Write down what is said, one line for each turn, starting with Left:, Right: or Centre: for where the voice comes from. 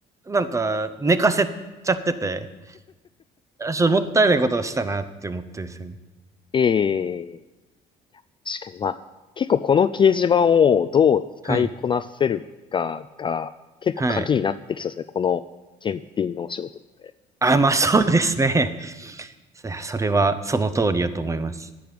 Right: なんか、寝かせちゃってて、あちょっともったいないことをしたなって思ってるんですよね。
Left: ええ、確かに、まあ、結構この掲示板をどう使いこなせるかが、
Right: はい。
Left: 結構鍵になってきそうですね、
Right: はい。
Left: この検品のお仕事って。
Right: あ、まあそうですね。<laughs> そそれは、その通りやと思います。